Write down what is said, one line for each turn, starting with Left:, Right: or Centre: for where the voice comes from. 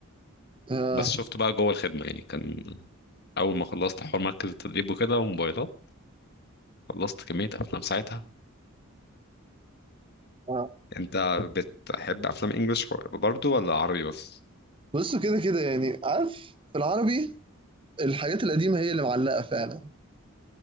Right: اه
Left: بس شفته بقى جوه الخدمه يعني كان اول ما خلصت حوار مركز التدريب وكده وموبايلات خلصت كميه افلام ساعتها
Right: اه
Left: انت بتحب افلام انجلش برضو ولا عربي بس
Right: بصوا كده كده يعني عارف في العربي الحاجات القديمه هي اللي معلقه فعلا